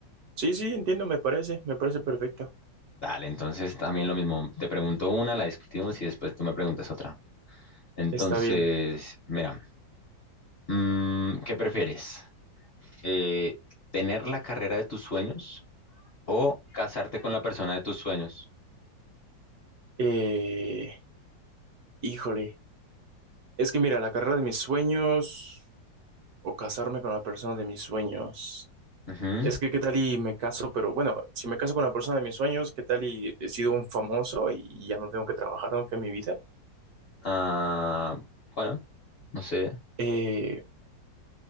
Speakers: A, on the right (about 65°); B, on the left (about 50°).
A: Sí, sí, entiendo, me parece, me parece perfecto.
B: Dale, entonces también lo mismo, te pregunto una, la discutimos y después tú me preguntas otra. Entonces,
A: Está bien.
B: mira, mm, ¿qué prefieres? Eh, ¿tener la carrera de tus sueños o casarte con la persona de tus sueños?
A: Eh, híjole, es que mira, la carrera de mis sueños o casarme con la persona de mis sueños.
B: Ujú.
A: Es que qué tal y me caso, pero bueno, si me caso con la persona de mis sueños, qué tal y he sido un famoso y ya no tengo que trabajar nunca en mi vida.
B: Ah, bueno, no sé,
A: Eh,